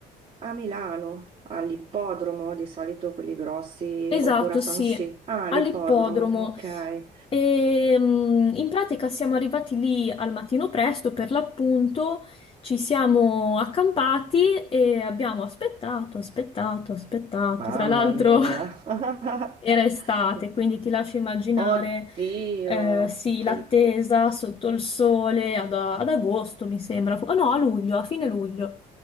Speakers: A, on the right; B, on the left.
A: A Milano, all'ippodromo, di solito quelli grossi,
B: esatto,
A: oppure a San
B: sì,
A: Siro. Ah, all'ippodromo,
B: all'ippodromo.
A: ok.
B: E mm, in pratica siamo arrivati lì al mattino presto, per l'appunto, ci siamo accampati e abbiamo aspettato, aspettato, aspettato.
A: Mamma
B: Tra l'altro
A: mia.
B: <laughs>
A: <laughs>
B: era estate, quindi ti lascio immaginare,
A: Oddio.
B: eh, sì,
A: coi-
B: l'attesa sotto il sole ad, ad agosto, mi sembra. Oh no, a luglio, a fine luglio.